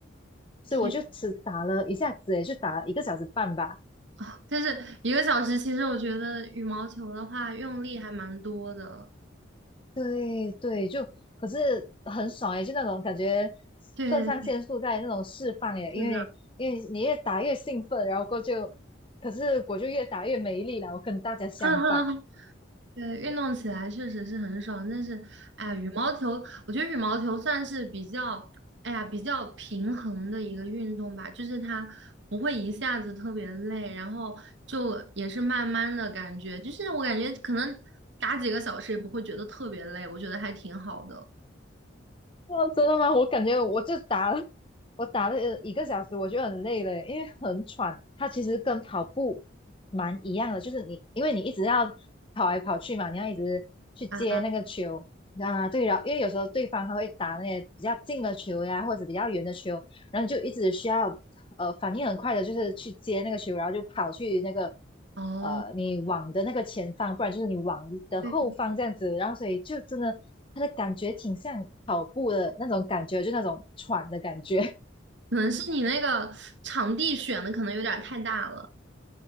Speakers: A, on the left; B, on the right.
A: 所以我就只打了一下子，
B: 天
A: 也就打了一个小时半吧，
B: 啊但是一个小时，其实我觉得羽毛球的话用力还蛮多的。
A: 对对，就可是很爽诶，就那种感觉
B: 对，
A: 肾上腺素在那种释放耶，
B: 是的，
A: 因为因为你越打越兴奋，然后过后就，可是我就越打越没力了，我跟大家相反。
B: 嗯嗯，嗯对，运动起来确实是很爽，但是，哎呀，羽毛球，我觉得羽毛球算是比较，哎呀，比较平衡的一个运动吧，就是它不会一下子特别累，然后就也是慢慢的感觉，就是我感觉可能打几个小时也不会觉得特别累，我觉得还挺好的。
A: 哦，真的吗？我感觉我就打了，我打了一个小时，我就很累了，因为很喘。它其实跟跑步蛮一样的，就是你因为你一直要跑来跑去嘛，你要一直去接那个球啊。
B: 啊，
A: 对了，然后因为有时候对方他会打那些比较近的球呀，或者比较远的球，然后你就一直需要呃反应很快的，就是去接那个球，然后就跑去那个
B: 哦，
A: 呃你网的那个前方，不然就是你网的后方这样子。
B: 对。
A: 然后所以就真的它的感觉挺像跑步的那种感觉，就那种喘的感觉 <laughs>
B: 可能是你那个场地选的可能有点儿太大了。